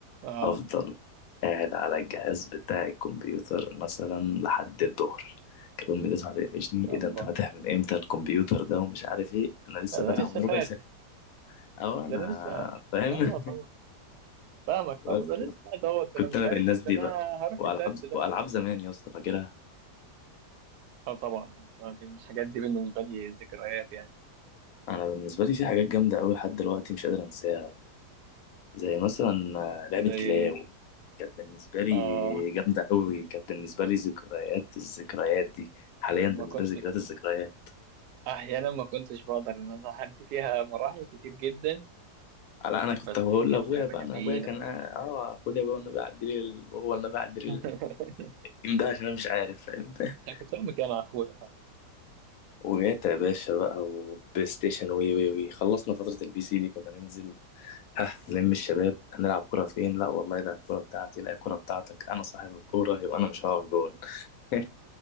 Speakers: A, on the right; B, on the left.
A: اه
B: افضل قاعد على الجهاز بتاع الكمبيوتر مثلا لحد الظهر كانت امي تصحى تقفشني ايه
A: الله
B: ده انت فاتح من امتى الكمبيوتر ده ومش عارف ايه انا لسه
A: ده,
B: فاتحه
A: ده لسه
B: من
A: فاتح
B: ربع ساعه او انا
A: ده انا لسه قاعد.
B: فاهم
A: اه طبعا فاهمك
B: <laughs> بس
A: طبعا ده لسه قاعد اهوت ده
B: كنت
A: انا مش
B: انا
A: عارف
B: من الناس
A: إيه، ده
B: دي
A: انا
B: بقى
A: هروح
B: والعاب
A: الدرس ده
B: والعاب
A: أنا.
B: زمان يا اسطى فاكرها
A: اه طبعا طبعاً الحاجات دي بالنسبه لي ذكريات يعني
B: انا بالنسبه لي في حاجات جامده قوي لحد دلوقتي مش قادر انساها زي مثلا آه، لعبه
A: زي ايه
B: كلاو كانت بالنسبه لي
A: اه
B: جامده قوي كانت بالنسبه لي ذكريات الذكريات دي حاليا بالنسبه
A: ما كنت
B: لي ذكريات الذكريات
A: احيانا ما كنتش بقدر ان انا اعدي فيها مراحل كتير جدا
B: لا انا كنت
A: بس
B: بقول
A: هي كانت
B: لابويا
A: لعبه
B: بقى
A: جميله
B: انا ابويا كان اه آه، خد يا ابويا والنبي عدي لي ال- هو والنبي عدي
A: <laughs>
B: لي الجيم ده عشان انا مش عارف فاهم <laughs>
A: انا كنت بعمل كده مع اخويا طبعا
B: وجات يا باشا بقى وبلاي ستيشن وي وي وي خلصنا فتره البي سي دي كنا ننزل ها لم الشباب هنلعب كرة فين لا والله ده الكرة بتاعتي لا الكرة بتاعتك انا صاحب الكورة يبقى انا مش هقف جون <laughs>